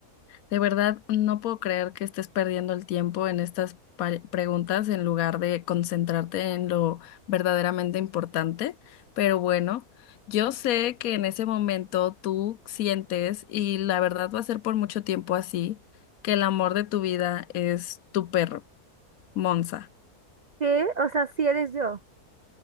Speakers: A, on the left (about 70°); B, on the right (about 75°).
A: De verdad, no puedo creer que estés perdiendo el tiempo en estas pa- preguntas en lugar de concentrarte en lo verdaderamente importante. Pero bueno, yo sé que en ese momento tú sientes, y la verdad va a ser por mucho tiempo así, que el amor de tu vida es tu perro, Monza.
B: ¿Qué? O sea, si eres yo.